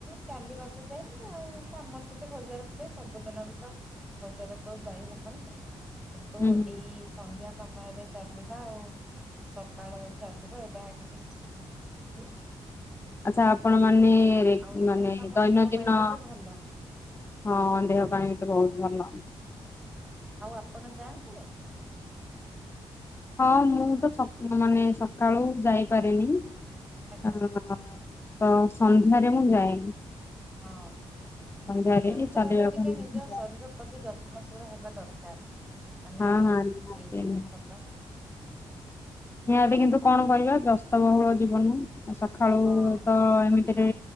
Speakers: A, in the centre; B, on the left.
A: ଚାଲିବାକୁ ଯାଏ ଆଉ କାମ ଥିଲେ ବଜାର ଫଜାର ସବୁଦିନ ବିତ ବଜାରକୁ ଯାଇ ହବନି କିନ୍ତୁ
B: ହୁଁ ହୁଁ
A: ଏଇ ସନ୍ଧ୍ୟା ସମୟରେ ଚାଲିବା ଆଉ ସକାଳ ଚାଲିବା ଏଇଟା ଟିକେ <unintelligible> ହୁଏ।
B: ଆଚ୍ଛା ଆପଣମାନେ
A: ଆଉ ଏଇଟା
B: ମାନେ
A: ବି ତ ଆମ
B: ଦୈନଦିନ
A: ଦେହ ପାଇଁ ବି ତ ଭଲ।
B: ହଁ ଦେହ ପାଇଁ ବି ତ ବହୁତ ଭଲ।
A: ଆଉ ଆପଣ ଯାଆନ୍ତି?
B: ହଁ ମୁଁ ତ ସକ ମାନେ ସକାଳୁ ଯାଇ ପାରେନି। ଅ
A: ଆଜ୍ଞା
B: ତ ସନ୍ଧ୍ୟାରେ ମୁଁ ଯାଏନି।
A: ହଁ
B: ସନ୍ଧ୍ୟାରେ
A: ନିୟମିତ
B: ଚାଲିବାକୁ
A: ଭାବରେ ଟିକେ
B: ଏମିତି
A: ନିଜ
B: ଯାଏ।
A: ଶରୀର ପ୍ରତି ଯତ୍ନଶୀଳ ହେବା ଦର କାର୍ ମାନେ
B: ହଁ ହଁ ନିହାତି
A: ଏଇଟା
B: ନିହାତି।
A: ନା ଭଲ।
B: ନିହାତି କିନ୍ତୁ କଣ କରିବା ବ୍ୟସ୍ତ ବହୁଳ ଜୀବନ ସକାଳୁ
A: ହଁ
B: ତ ଏମିତିରେ